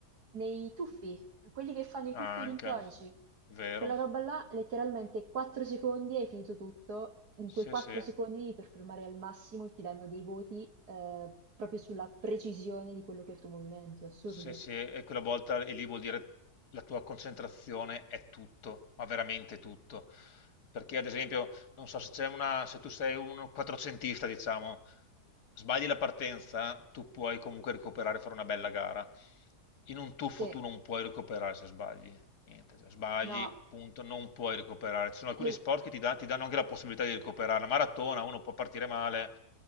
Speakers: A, on the right (about 75°); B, on the left (about 80°).
A: Nei tuffi, in quelli che fanno i
B: Ah,
A: tuffi olimpionici.
B: anche. Vero.
A: Quella roba là, letteralmente 4 secondi hai finito tutto. In
B: Sì,
A: quei 4
B: sì.
A: secondi devi performare al massimo e ti danno dei voti eh, proprio sulla precisione di quello che è il tuo movimento. Assurdo.
B: Sì, sì. E quella volta e lì vuol dire la tua concentrazione è tutto, ma veramente tutto. Perché ad esempio, non so se c'è una... se tu sei un quattrocentista, diciamo, sbagli la partenza, tu puoi comunque recuperare e fare una bella gara. In un tuffo
A: Sì,
B: tu non puoi recuperare se sbagli. Niente, cioè, sbagli,
A: no.
B: punto, non puoi recuperare. Ci sono alcuni
A: <laughs>
B: sport
A: E-
B: che ti, dà- ti danno anche la possibilità di recuperare. La maratona, uno può partire male,